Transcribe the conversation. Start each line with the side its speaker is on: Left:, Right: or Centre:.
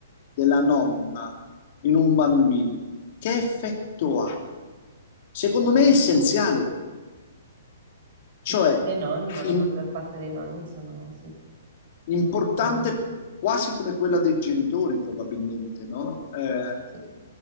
Left: della nonna in un bambino, che effetto ha? Secondo me è essenziale, cioè
Right: Dipende dai nonni, ma la
Left: in-
Right: maggior parte dei nonni sono, sì,
Left: importante
Right: fondamentali.
Left: quasi come quella dei genitori, probabilmente, no? Eh,
Right: Sì.